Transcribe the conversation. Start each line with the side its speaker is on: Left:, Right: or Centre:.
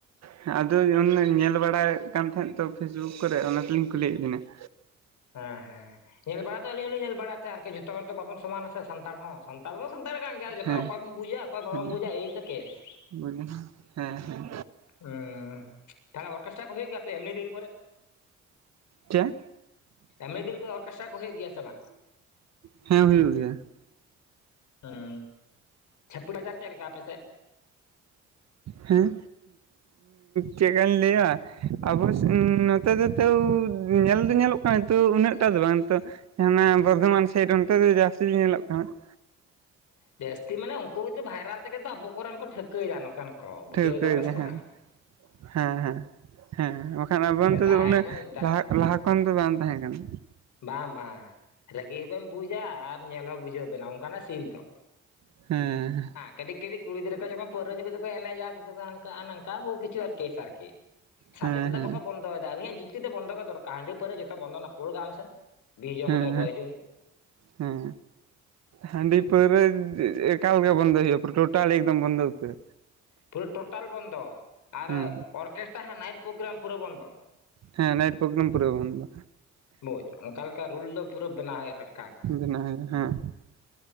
Right: ᱦᱮᱸ ᱟᱫᱚ ᱚᱱᱟ ᱧᱮᱞ ᱵᱟᱲᱟᱭᱮᱫ ᱠᱟᱱ ᱛᱟᱦᱮᱸᱜ ᱛᱚ ᱯᱷᱮᱥᱵᱩᱠ ᱠᱚᱨᱮᱫ ᱚᱱᱟ ᱛᱮᱞᱤᱧ ᱠᱩᱞᱤᱭᱮᱫ ᱵᱤᱱᱟ ᱾
Left: ᱦᱮᱸ ᱦᱮᱸ ᱧᱮᱞ ᱵᱟᱲᱟ ᱫᱚ ᱟᱞᱤᱧ ᱦᱚᱞᱤᱧ ᱧᱮᱞ ᱵᱟᱲᱟᱭᱮᱫ ᱛᱟᱦᱮᱸ ᱟᱨᱠᱤ ᱡᱷᱚᱛᱚ ᱦᱚᱲ ᱫᱚ ᱵᱟᱵᱚᱱ ᱥᱚᱢᱟᱱᱟ ᱾ ᱥᱮ ᱥᱟᱱᱛᱟᱲ ᱦᱚᱸ, ᱥᱟᱱᱛᱟᱲ ᱢᱟ ᱥᱟᱱᱛᱟᱲ ᱠᱟᱱ ᱜᱮᱭᱟ ᱡᱚᱛᱚ
Right: ᱦᱮᱸ
Left: ᱦᱚᱲ ᱚᱠᱚᱭ ᱵᱚᱱ ᱵᱩᱡᱟ ᱚᱠᱚᱭ ᱵᱟᱵᱚᱱ
Right: ᱦᱮᱸ
Left: ᱵᱩᱡᱟ ᱮᱭᱛᱚ ᱠᱮᱥ ᱾
Right: <unintelligible> ᱦᱮᱸ ᱦᱮᱸ
Left: ᱦᱩᱸ ᱛᱟᱦᱞᱮ ᱚᱨᱠᱮᱥᱴᱟᱨ ᱠᱚ ᱦᱩᱭᱩᱜ ᱜᱮᱭᱟ ᱟᱯᱮ ᱮᱢᱱᱤ ᱫᱤᱱ ᱠᱚᱨᱮ?
Right: ᱪᱮᱫ
Left: ᱮᱢᱱᱤ ᱫᱤᱱ ᱠᱚᱨᱮ ᱚᱨᱠᱮᱥᱴᱨᱟ ᱠᱚ ᱦᱩᱭᱩᱜ ᱜᱮᱭᱟ ᱥᱮ ᱵᱟᱝ?
Right: ᱦᱮᱸ ᱦᱩᱭᱩᱜ ᱜᱮᱭᱟ ᱾
Left: ᱦᱩᱸ ᱪᱷᱟᱯᱤ ᱟᱠᱟᱨ ᱪᱮᱫ ᱞᱮᱠᱟ ᱟᱯᱮ ᱥᱮᱫ?
Right: ᱦᱮᱸ ᱪᱮᱫᱠᱟᱧ ᱞᱟᱹᱭᱟᱼᱼ ᱟᱵᱚ ᱱᱚᱛᱮ ᱥᱮᱱ ᱛᱟᱹᱣ ᱧᱮᱞ ᱫᱚ ᱧᱮᱞᱚᱜ ᱠᱟᱱᱟ ᱛᱚ ᱩᱱᱟᱹᱜ ᱴᱟᱠ ᱫᱚ ᱵᱟᱝ ᱾ ᱛᱚᱼᱼ ᱵᱚᱨᱫᱷᱚᱢᱟᱱ ᱥᱟᱭᱤᱰ ᱚᱱᱛᱮ ᱫᱚ ᱡᱟᱹᱥᱛᱤ ᱜᱮ ᱧᱮᱞᱚᱜ ᱠᱟᱱᱟ ᱾
Left: ᱡᱟᱹᱥᱛᱤ ᱢᱟᱱᱮ ᱩᱱᱠᱩ ᱜᱮ ᱵᱷᱟᱭᱨᱟᱞ ᱛᱮᱜᱮ ᱛᱚ ᱟᱵᱚ ᱠᱚᱨᱮᱱ ᱠᱚ ᱴᱷᱟᱹᱣᱠᱟᱹᱭᱮᱫᱟ ᱱᱚᱛᱮᱱ ᱠᱚ ᱵᱩᱡᱷᱟᱹᱣᱮᱫᱟ
Right: ᱴᱷᱟᱹᱣᱠᱟᱹᱭᱮᱫᱟ
Left: ᱵᱮᱱ ᱥᱮ ᱵᱟᱝ
Right: ᱦᱮᱸ
Left: ᱾
Right: ᱦᱮᱸ ᱦᱮᱸ ᱦᱮᱸ ᱵᱟᱠᱷᱟᱱ ᱟᱵᱚ ᱚᱱᱛᱮ
Left: ᱫᱟᱜ
Right: ᱫᱚ ᱢᱟᱱᱮ
Left: ᱜᱮᱵᱮᱱ ᱫᱟᱜ
Right: ᱞᱟᱦᱟᱜ ᱞᱟᱦᱟ ᱠᱷᱚᱱ ᱫᱚ ᱵᱟᱝ ᱛᱟᱦᱮᱸ ᱠᱟᱱᱟ᱾
Left: ᱵᱟᱝ ᱵᱟᱝ ᱨᱟᱹᱜᱤ ᱦᱚᱸᱵᱮᱱ ᱵᱩᱡᱟ ᱟᱨ ᱧᱮᱞ ᱦᱚᱸ ᱵᱩᱡᱷᱟᱹᱣ ᱵᱮᱱᱟ ᱚᱱᱠᱟᱱᱟᱜ ᱥᱤᱱ ᱛᱚ᱾
Right: ᱦᱮᱸ᱾
Left: ᱠᱟᱹᱴᱤᱡ ᱠᱟᱹᱴᱤᱡ ᱠᱩᱲᱤ ᱜᱤᱫᱽᱨᱟᱹ ᱠᱚ ᱡᱠᱷᱱ ᱯᱟᱣᱨᱟᱹ ᱧᱩ ᱠᱟᱛᱮ ᱠᱚ ᱮᱱᱮᱡᱟ ᱠᱤᱪᱷᱩᱠᱚ ᱦᱟᱝᱠᱟᱜ-ᱟ ᱱᱟᱝᱠᱟ ᱠᱟ ᱵᱩᱦᱩ ᱠᱤᱪᱷᱩ ᱟᱨ ᱠᱮᱥ ᱟᱨᱠᱤ, ᱥᱟᱫᱮ
Right: ᱦᱮᱸ
Left: ᱛᱮᱫᱚ
Right: ᱦᱮᱸ
Left: ᱵᱟᱠᱚ ᱵᱚᱱᱫᱚᱭᱫᱟ ᱟᱹᱞᱤᱧᱟᱜ ᱡᱩᱛ ᱛᱤ ᱫᱚ ᱵᱚᱱᱫᱚ ᱜᱮ ᱫᱚᱨᱠᱟᱨ ᱦᱟᱺᱰᱤ ᱯᱟᱹᱣᱨᱟᱹ ᱡᱷᱚᱛᱚ ᱵᱚᱱᱫᱚ ᱱᱟᱯᱚᱲ ᱠᱟᱜ ᱢᱮᱥᱮ᱾ ᱵᱤᱥ ᱡᱚᱢ
Right: ᱦᱩᱸ ᱦᱩᱸ
Left: ᱠᱟᱛᱮ ᱠᱚ ᱜᱚᱡ ᱦᱚᱪᱚᱱᱤᱡ
Right: ᱦᱮᱸ᱾ ᱦᱟᱺᱰᱤ ᱯᱟᱹᱣᱨᱟᱹ ᱮᱠᱟᱞ ᱜᱮ ᱵᱚᱫᱚᱭ ᱦᱩᱭᱩᱜ-ᱟ ᱯᱩᱨᱟᱹ ᱴᱳᱴᱟᱞ ᱮᱠᱫᱚᱢ ᱵᱚᱱᱫᱚ ᱩᱛᱟᱹᱨ᱾
Left: ᱯᱩᱨᱟᱹ ᱴᱳᱴᱟᱞ ᱵᱚᱱᱫᱚ ᱟᱨ
Right: ᱦᱩᱸ
Left: ᱚᱨᱠᱮᱥᱴᱟ ᱦᱟᱸ ᱱᱟᱭᱤᱴ ᱯᱨᱳᱜᱨᱟᱢ ᱯᱩᱨᱟᱹ ᱵᱚᱱᱫᱚ᱾
Right: ᱦᱮᱸ ᱱᱟᱭᱤᱴ ᱯᱨᱳᱜᱨᱟᱢ ᱯᱩᱨᱟᱹ ᱵᱚᱱᱫᱚ᱾
Left: ᱵᱩᱡᱽ ᱚᱱᱠᱟ ᱞᱮᱠᱟ ᱨᱩᱞ ᱫᱚ ᱯᱩᱨᱟᱹ ᱵᱮᱱᱟᱣ ᱦᱩᱭᱩᱜ-ᱟ ᱴᱟᱴ
Right: ᱵᱮᱱᱟ ᱦᱩᱭᱩᱜ-ᱟ ᱦᱮᱸ᱾